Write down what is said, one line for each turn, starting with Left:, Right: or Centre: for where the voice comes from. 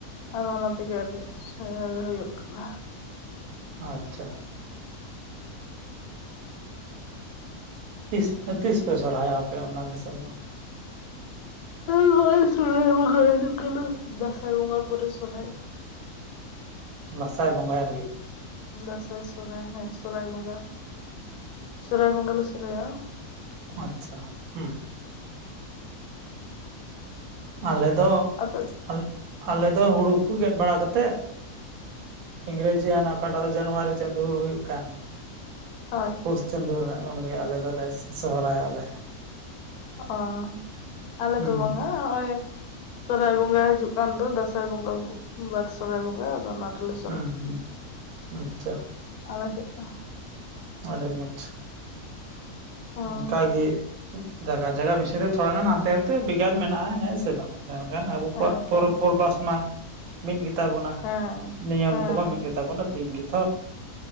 Left: ᱟᱫᱚ ᱚᱱᱟ ᱛᱮᱜᱮ ᱟᱸᱰᱤ ᱩᱥᱟᱹᱨᱟ ᱜᱮ ᱦᱩᱭᱩᱜ ᱠᱟᱱᱟ ᱾
Right: ᱟᱪᱪᱷᱟ ᱾ ᱛᱤᱥ ᱛᱤᱥ ᱯᱮ ᱥᱚᱨᱦᱟᱭᱚᱜ ᱟᱯᱮ ᱚᱱᱟ ᱫᱤᱥᱚᱢ ᱫᱚ?
Left: ᱦᱮᱸ ᱱᱚᱜᱚᱭ ᱥᱚᱨᱦᱟᱭ ᱵᱚᱸᱜᱟ ᱦᱤᱡᱩᱜ ᱠᱟᱱᱟ ᱫᱟᱸᱥᱟᱭ ᱵᱚᱸᱜᱟ ᱯᱚᱨᱮ ᱥᱚᱨᱦᱟᱭ ᱾
Right: ᱫᱟᱥᱟᱭ ᱵᱚᱸᱜᱟ ᱦᱩᱭᱩᱜ ᱞᱟᱜᱤᱫ ᱾
Left: ᱫᱟᱸᱥᱟᱭ ᱥᱚᱦᱨᱟᱭ ᱦᱮᱸ ᱥᱚᱨᱦᱟᱭ ᱵᱚᱸᱜᱟ ᱥᱚᱨᱦᱟᱭ ᱵᱚᱸᱜᱟ ᱞᱮ ᱥᱚᱨᱦᱟᱭᱚᱜ-ᱟ ᱾
Right: ᱟᱪᱪᱷᱟ ᱦᱩᱸ ᱾ ᱟᱞᱮ ᱫᱚ
Left: ᱟᱫᱚ
Right: ᱟᱞ ᱟᱞᱮ ᱫᱚ ᱦᱩᱲᱩ ᱠᱚ ᱜᱮᱫ ᱵᱟᱲᱟ ᱠᱟᱛᱮᱫ ᱤᱝᱨᱮᱡᱤᱭᱟᱱ ᱚᱠᱟᱴᱟᱜ ᱫᱚ ᱡᱟᱱᱣᱟᱨᱤ ᱪᱟᱸᱫᱩ ᱦᱩᱭᱩᱜ ᱠᱟᱱ ᱾
Left: ᱦᱚᱭ ᱾
Right: ᱯᱩᱥ ᱪᱟᱸᱫᱳ ᱨᱮᱱᱟᱜ ᱩᱱ ᱜᱮ ᱟᱞᱮ ᱫᱚ ᱞᱮ ᱥᱚ ᱥᱚᱦᱨᱟᱭᱚᱜ-ᱟ ᱞᱮ᱾
Left: ᱚᱸ ᱟᱞᱮ
Right: ᱦᱩᱸ
Left: ᱫᱚ ᱵᱟᱝᱟ ᱦᱚᱜ-ᱚᱭ ᱥᱚᱦᱨᱟᱭ ᱵᱚᱸᱜᱟ ᱦᱤᱡᱩᱜ ᱠᱟᱱ ᱫᱚ ᱫᱟᱸᱥᱟᱭ ᱵᱚᱸᱜᱟ ᱵᱟᱫ ᱥᱚᱦᱨᱟᱭ ᱵᱚᱸᱜᱟ ᱟᱫᱚ ᱚᱱᱟ ᱨᱮ ᱞᱮ
Right: ᱦᱩᱸ ᱦᱩᱸ ᱟᱪᱪᱷᱟ᱾
Left: ᱟᱞᱮ ᱥᱮᱜ ᱫᱚ
Right: ᱟᱰᱤ ᱢᱚᱸᱡᱽ ᱾
Left: ᱦᱮᱸ
Right: ᱚᱱᱠᱟ ᱜᱮ ᱡᱟᱜᱟ ᱡᱟᱜᱟ ᱵᱤᱥᱤ ᱛᱮ ᱛᱷᱚᱲᱟ ᱜᱟᱱ ᱦᱟᱱᱛᱮ ᱱᱟᱱᱛᱮ ᱵᱷᱮᱜᱟᱨ ᱢᱮᱱᱟᱜ-ᱟ ᱦᱮᱸ ᱥᱮ ᱵᱟᱝ ᱾ ᱢᱮᱱᱠᱷᱟᱱ ᱟᱵᱚ
Left: ᱦᱮᱸ
Right: ᱠᱚᱣᱟᱜ ᱯᱚᱨᱚᱵᱽ-ᱯᱚᱨᱵᱟᱥ
Left: ᱛᱚ
Right: ᱢᱟ ᱢᱤᱫ ᱜᱮ ᱛᱟᱵᱚᱱᱟ
Left: ᱦᱮᱸ
Right: ᱱᱤᱭᱟᱹᱢ
Left: ᱦᱮᱸ
Right: ᱠᱚ ᱢᱟ ᱢᱤᱫ ᱜᱮ ᱛᱟᱵᱚᱱᱟ ᱫᱤᱱ ᱜᱮ ᱛᱷᱚ